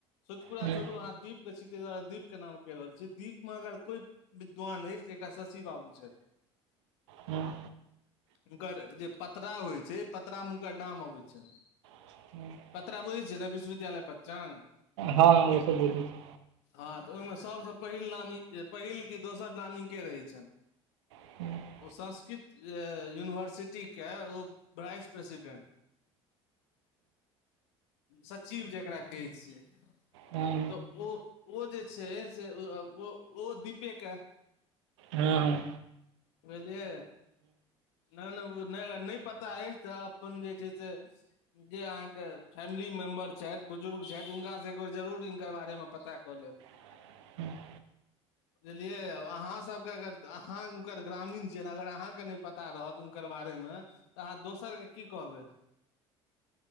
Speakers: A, on the left; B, on the right.
A: सोइत पुरा
B: हँ
A: छोड़ू अहाँ दीप के छी ताहि दुआरे दीपके नाम कैह रहल छी दीपमे अगर कोइ विद्वान अछि जे एकटा शशि बाबू छथि
B: हूं
A: हुनकर जे पतरा होइ छै पतरा मे हुनकर नाम अबै छनि
B: <inaudible>
A: पत्तरा बुझै छियै न बिश्वविद्यालय पच्चांग
B: हँ ओ तऽ बुझै छियै
A: हँ तऽ ओयमे सभस पहिल नामी जे पहिल कि दोसर नाम हिनके रहै छनि
B: <inaudible>
A: ओ संस्कृत जे यूनिवर्सिटीके ओ भ्राइस प्रेसिडेन्ट सचिव जकरा कहै छियै
B: हँ
A: तऽ ओ ओ जे छै से अ आ ओ दीपेके
B: हं
A: बुझलियै न नै उ नै अगर नै पता अइछ तऽ अपन जे छै से जे अहाँके फैमिली मेम्बर छइथ बुजुर्ग छइथ हुनकासे एक बेर जरूर हिनकर बारेमे पता क लेब
B: <inaudible>
A: बुझलियैब आब अहाँ सबके अगर <unintelligible> हुनकर ग्रामीण छियैं अगर अहाँके नय पता रहत हुनकर बारे मे तऽ अहाँ दोसर के की कहबै